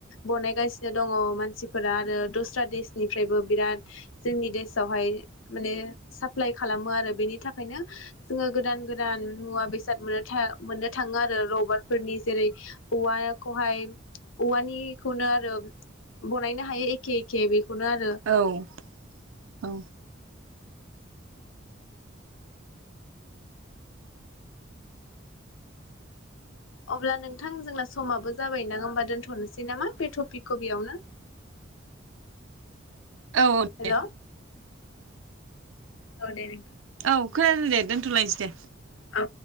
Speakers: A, on the left; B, on the right.
A: बनायगासिनो दङ' मानसिफोरा आरो दस्रा देसनिफ्रायबो बिराद जोंनि देस आवहाय माने साप्लाय खालामो आरो बेनि थाखायनो जोङो गोदान गोदान मुवा बेसाद मोननो था मोननो थाङो आरो रबारफोरनि। जेरै औवाखौहाय औवानिखौनो आरो बनायनो हायो एखे एखे बे खौनो आरो
B: औ औ।
A: अब्ला नोंथां जोंना समाबो जाबायदां होमबा दोन्थ'नोसै नामा बे टपिकखौ बेयावनो?
B: औ दे।
A: हेल' औ दे नों
B: औ खोनादो दे दोन्थ'लायनोसै दे।
A: औ।